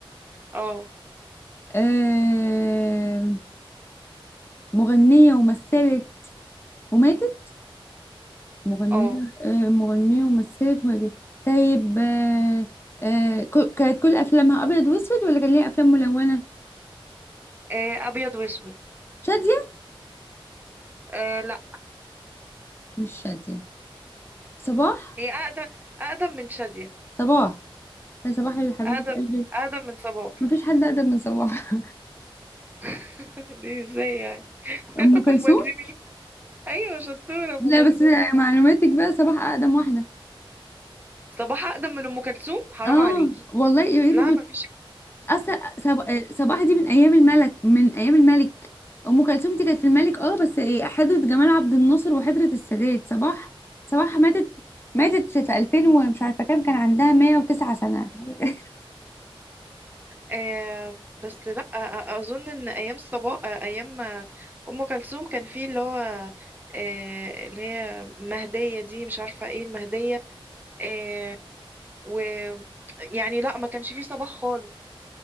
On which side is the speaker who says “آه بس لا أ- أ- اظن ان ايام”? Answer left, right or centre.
Right